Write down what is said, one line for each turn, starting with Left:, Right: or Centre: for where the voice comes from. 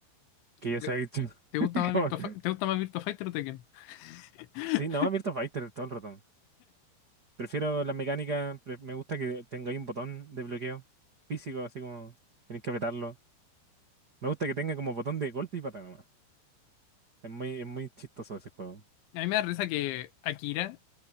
Right: que ya
Left: ¿Te
Right: se ha dicho.
Left: te gusta
Right: <laughs>
Left: más
Right: Como-
Left: Virtua, Fi- ¿te gusta más Virtua Fighter o Tekken? <laughs>
Right: Sí, no, Virtua Fighter todo el rato. Prefiero la mecánica, pre- me gusta que tenga ahí un botón de bloqueo físico, así como tenéis que apretarlo. Me gusta que tenga como botón de golpe y patada nomás. Es muy, es muy chistoso ese juego.
Left: A mí me da risa que Akira